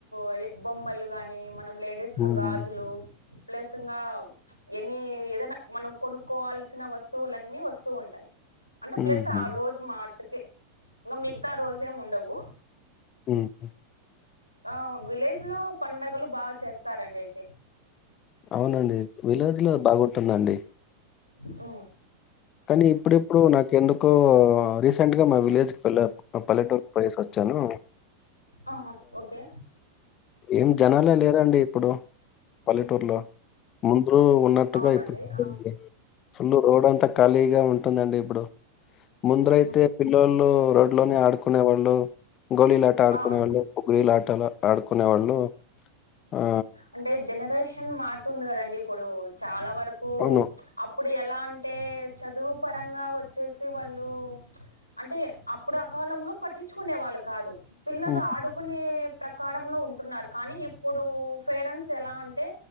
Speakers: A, on the left (about 85°); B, on the left (about 30°).
A: అదే బొమ్మలు గాని మనం లేడీస్
B: హ్మ్.
A: కు గాజులు ప్లస్ సింగా ఎన్ని ఏదైనా మనం కొనుక్కోవాల్సిన వస్తువులన్నీ వస్తూ ఉంటాయి అంటే
B: హుహు.
A: ప్లస్ ఆ రోజు మాటుకే ఇంకా మిగతా రోజ్ ఏమి ఉండవు
B: హమ్
A: ఆ విలేజ్ లో పండగలు బాగా చేస్తారండి అయితే
B: అవునండి విలేజ్ లో బాగుంటుందండి
A: ఉమ్
B: కానీ ఇప్పుడిప్పుడు నాకు ఎందుకో రీసెంట్‌గా మా విలేజ్ కి వెళ్ళాను మా పల్లెటూరికి పోయేసి వచ్చాను
A: ఆహా ఓకే
B: ఏం జనాలే లేరాండి ఇప్పుడు పల్లెటూర్లో ముందురు ఉన్నట్టుగా
A: అవునండి
B: ఇప్పుడు <unintelligible>
A: ఆ.
B: ఫుల్ రోడ్ అంతా ఖాళీగా ఉంటుందండి ఇప్పుడు ముందరైతే
A: ఉహు.
B: పిల్లోల్లు రోడ్లోనే ఆడుకునే వాళ్ళు గోలీలాట ఆడుకునేవాళ్ళు
A: ఆ
B: ఓగిరిల్ల ఆటల ఆడుకునే వాళ్ళు ఆ
A: అంటే జనరేషన్ మారుతుంది కదండి ఇప్పుడు చాలా వరకు
B: అవును.
A: అప్పుడు ఎలా అంటే చదువు పరంగా వచ్చేసి వాళ్ళు అంటే అప్పుడు ఆ కాలంలో పట్టిచుకునే వాళ్ళు కాదు పిల్లలు
B: హ్మ్.
A: ఆడుకునే ప్రకారంలో ఉంటున్నారు కానీ ఇప్పుడు పేరెంట్స్ ఎలా అంటే